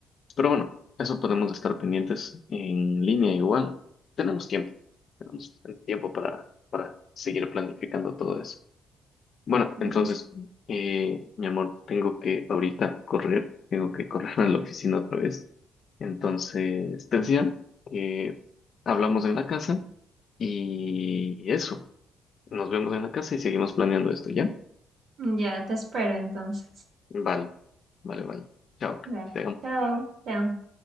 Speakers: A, on the left; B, on the right.
A: pero bueno, eso podemos estar pendientes en línea igual. Tenemos tiempo, tenemos bastante tiempo para, para seguir planificando todo eso. Bueno,
B: Mm,
A: entonces, eh, mi amor, tengo que ahorita correr, tengo que correr a la oficina otra vez. Entonces, te decía que hablamos en la casa y eso, nos vemos en la casa y seguimos planeando esto, ¿ya?
B: Ya, te espero entonces.
A: Vale, vale, vale. Chao,
B: Dale,
A: te dejo.
B: chao, chao.